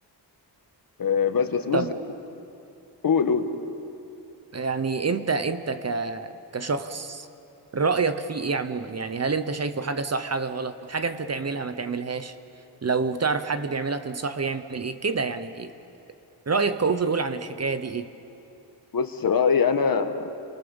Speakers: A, on the left; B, on the right.
A: آه، بس بس بص
B: طب
A: قول قول
B: يعني انت انت ك كشخص رأيك فيه ايه عموما يعني هل انت شايفه حاجة صح حاجة غلط حاجة انت تعملها ما تعملهاش لو تعرف حد بيعملها تنصحه يعمل ايه كده يعني ايه رأيك كأوفر اول عن الحكاية دي ايه
A: بص رأيي انا